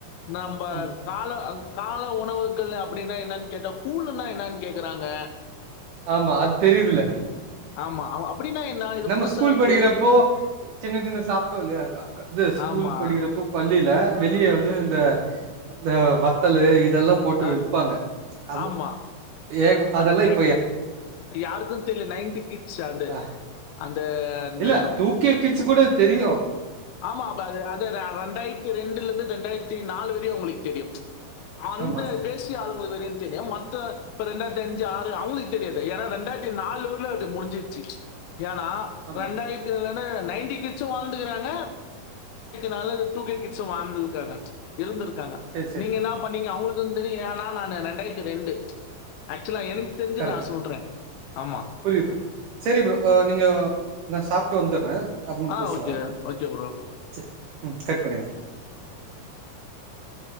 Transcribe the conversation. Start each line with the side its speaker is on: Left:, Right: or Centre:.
Left: நம்ப
Right: ஆமா
Left: கால கால உணவு க்கல்ல அப்படின்னா என்னென் கேட்டா கூலுனா என்னென் கேக்குறாங்க
Right: ஆமா அது தெரியுதுல்ல
Left: ஆமா. அவ- அப்படின்னா என்ன? இது
Right: நம்ம
Left: புதுசா
Right: ஸ்கூல்
Left: இருக்கு.
Right: படிக்கிறப்போ சின்ன சின்ன சாப்ட்டோம் இல்லயா அதான் து ஸ்கூல்
Left: ஆமா.
Right: படிக்கிறப்போ பள் பள்ளிலே வெளியே வந்து இந்த இந்த வத்தலு இது இதெல்லா போட்டு
Left: ஆம்
Right: விப்பாங்க அந்த
Left: ஆமா.
Right: ஏ அதெல்லா
Left: அந்த
Right: இப்
Left: யாருக்கும் தெர்ல நைன்டி கிட்ஸ் அது
Right: அ
Left: அந்த அந்த
Right: இல்ல டூ கே கிட்ஸ் கூட தெரியும்
Left: ஆமா அது அதுதா ரெண்டாயிரத்தி ரெண்டுல இருந்து ரெண்டாயிரத்தி நாலு வரையும் உங்களுக்கு தெரியும் அந்த
Right: ஆமா
Left: தேசிய ஆளுமை வரையு தெரியும் மத்த இப்ப ரெண்டாயிரத்தி அஞ்சு ஆறு அவுங்களுக்கு தெரியாது ஏன்னா இண்டாயிரத்தி நாலு வரையுல அது முடிஞ்சிருச்சு ஏன்னா
Right: ஆமா
Left: ரெண்டாயிரத்திலந்து நைன்டி கிட்ஸு வாழ்ந்துகுறாங்க நாள்ல டூ கே கிட்ஸும் வாழ்ந்திருக்காங்க இருந்திருக்கு காங்க
Right: சேரி சேரி
Left: நீங்க என்னா பண்ணீங்க அவுங்களுக்கு தெரியு ஏனா நான்னு ரெண்டாயிரத்தி ரெண்டு ஆக்சுவலா எனக்கு தெரிஞ்சு
Right: கரெக்ட்டு
Left: நான் சொல்றேன் ஆமா
Right: புரியுது புரியுது சரி ப்ரோ நீங்க நா சாப்ட்டு வந்துறே அப்மா
Left: ஆ
Right: பேஸ்லா
Left: ஓகே ஓகே ப்ரோ
Right: செரி ம் கட் பண்ணிருங்க <inaudible>